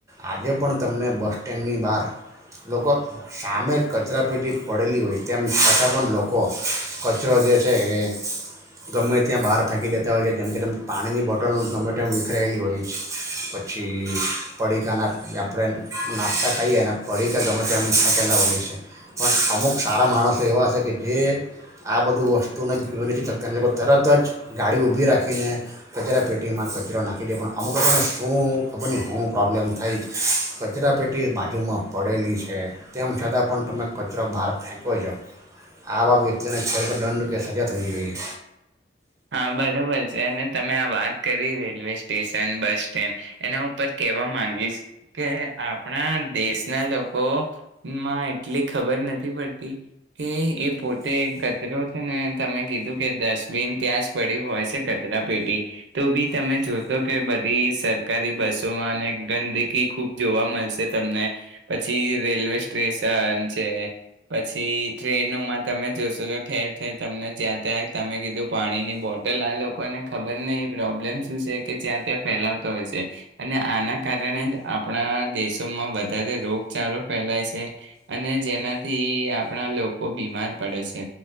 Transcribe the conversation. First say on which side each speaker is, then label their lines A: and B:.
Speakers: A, on the right; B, on the right.
A: આજે પણ તમને બસ સ્ટેન્ડની બહાર લોકો સામે કચરાપેટી પડેલી હોય તેમ છતાં પણ લોકો કચરો જે છે એ ગમે ત્યાં બહાર ફેંકી દેતા હોય છે જેમ કે તેમ પાણીની બોટલ ગમે તેમ વિખરાયેલી હોય પછી પડીકાના. જે આપણે નાસ્તા ખાઈએ અને પડી કે ગમે એમ થાકેલા હોય છે પણ અમુક સારા માણસો એવા હ છે કે જે આ બધું વસ્તુને જો નથી થકતા એને લોકો તરત જ ગાડી ઊભી રાખીને કચરા પેટીમાં કચરો નાખી દે પણ અમુક લોકોને શું ખબર નહી હું પ્રોબ્લેમ થાય જ. કચરા પેટી બાજુમાં પડેલી છે તેમ છતાં પણ તમે કચરો બહાર ફેંકો છો આવા વ્યક્તિને ખરેખર દંડ કે સજા થ હોવી જોઈએ.
B: હા બરોબર છે અને તમે આ વાત કરી રેલવે સ્ટેશન બસ સ્ટેન્ડ એના ઉપર કેહેવા માંગીશ કે આપણા દેશના લોકોમાં એટલી ખબર નથી પડતી કે એ પોતે કચરો છે ને તમે કીધું કે ડસ્ટબિન. ત્યાં જ પડી્યું હોય છે કચરાપેટી તો બી તમે જોશો કે બધી સરકારી બસોમાં અને ગંદકી ખૂબ જોવા મળશે તમને પછી રેલવે સ્ટેશન છે પછી ટ્રેનોમાં તમે જોશો તો ઠેર ઠેર તમને જ્યાં ત્યાં તમે કીધું. પાણીની બોટલ આ લોકોને ખબર નહી એ પ્રોબ્લેમ શું છે કે જ્યાં ત્યાં ફેલાવતો હોય છે અને આના કારણે જ આપણા દેશોમાં વધારે રોગચળો ફેલાય છે અને જેનાથી આપણા લોકો બીમાર પડે છે